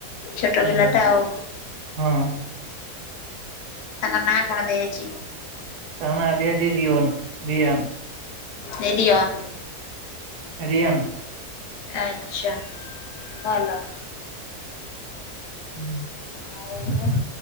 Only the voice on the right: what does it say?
ହୁଁ,
ହଁ।
ତା ନା ଆଦି ଆଦି ଜିରିଓନ ରିଓନ।
ରିଅନ୍।
ହୁଁ